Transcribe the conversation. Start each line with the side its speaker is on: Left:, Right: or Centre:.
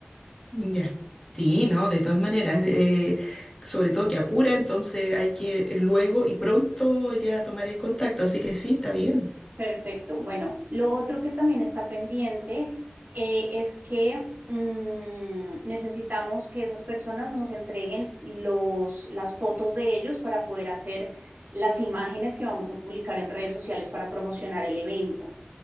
Left: ya. Sí, no, de todas maneras, eh, sobre todo que apura, entonces hay que luego y pronto ya tomar el contacto, así que sí, está bien.
Right: Perfecto. Bueno, lo otro que también está pendiente eh, es que mm, necesitamos que esas personas nos entreguen los, las fotos de ellos para poder hacer las imágenes que vamos a publicar en redes sociales para promocionar el evento.